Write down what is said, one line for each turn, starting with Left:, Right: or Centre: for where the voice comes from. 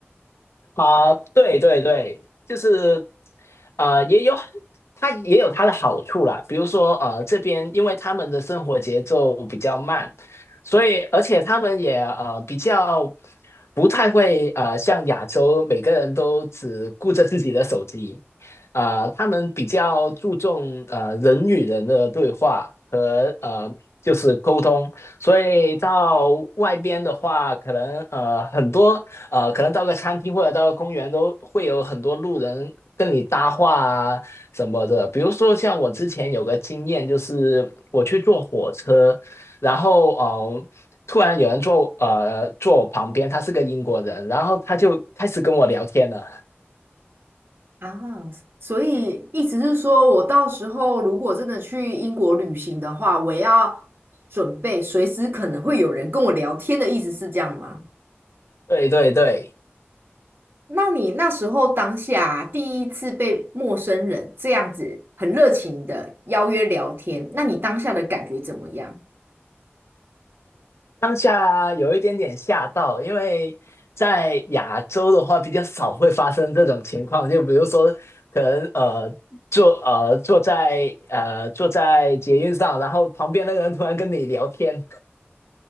Left: 啊、对对对，就是呃，也有它也有它的好处啦。比如说呃，这边因为他们的生活节奏比较慢，所以而且他们也呃比较不太会呃像亚洲每个人都只顾着自己的手机，呃，他们比较注重呃人与人的对话和呃就是沟通，所以到外边的话，可能呃很多。呃，可能到个餐厅或者到个公园都会有很多路人跟你搭话啊什么的。比如说像我之前有个经验，就是我去坐火车，然后嗯，突然有人坐呃坐我旁边，他是个英国人，然后他就开始跟我聊天了。
Right: 啊，所以意思是说，我到时候如果真的去英国旅行的话，我要准备随时可能会有人跟我聊天的意思是这样吗？
Left: 对对对。
Right: 那你那时候当下第一次被陌生人这样子很热情的邀约聊天，那你当下的感觉怎么样？
Left: 当下有一点点吓到，因为在亚洲的话比较少会发生这种情况，就比如说可能呃坐呃坐在呃坐在捷运上，然后旁边那个人突然跟你聊天，